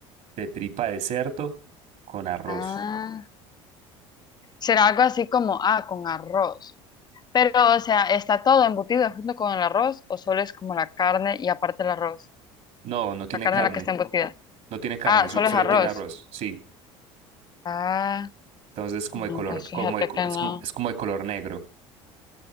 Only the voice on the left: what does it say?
Ah, será algo así como, ah, con arroz. Pero, o sea, ¿está todo embutido junto con el arroz o solo es como la carne y aparte el arroz?
La carne
en la que está embutida.
Ah,
solo
es arroz.
Ah.
No,
pues fíjate
que
no.